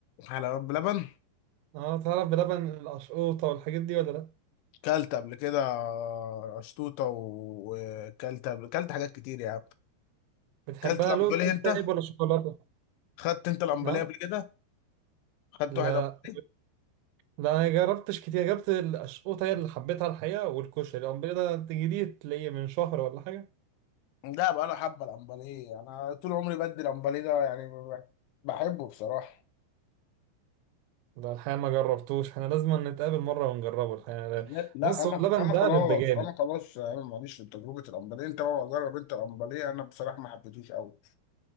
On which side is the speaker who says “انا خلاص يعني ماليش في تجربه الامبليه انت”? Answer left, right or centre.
Left